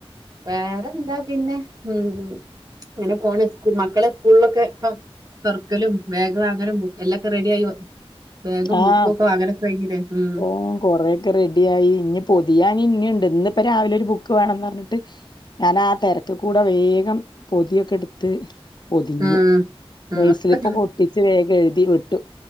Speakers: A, on the right (about 40°); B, on the left (about 45°).
A: വേറെന്താ പിന്നെ ഉ അങ്ങനെ പോണ് മക്കളെ സ്കൂളിലൊക്കെ പ... തെർക്കലും ബാഗ് വാങ്ങാനും ബുക്കും എല്ലാംക്കെ റെഡിയായി ബാഗും
B: ആഹ്
A: ബുക്കും ഒക്കെ വാങ്ങാലൊക്കെ കഴിഞ്ഞില്ലേ.. ഉം
B: ഓ കൊറെൊക്കെ റെഡിയായി ഇനി പൊതിയൻ ഇന്നുണ്ട് ഇന്ന്. രാവിലെ ഒരു ബുക്ക് വേണംന്ന് പറഞ്ഞിട്ട് ഞാൻ ആ തിരക്ക് കൂടെ വേഗം പൊതിയൊക്കെ എടുത്ത്. പൊതിഞ്ഞു
A: ഉം ഉം
B: നെയ്സിലിപ്പൊ
A: ഒക്കെ
B: പൊട്ടിച്ച് വേഗം എഴുതി വിട്ടു.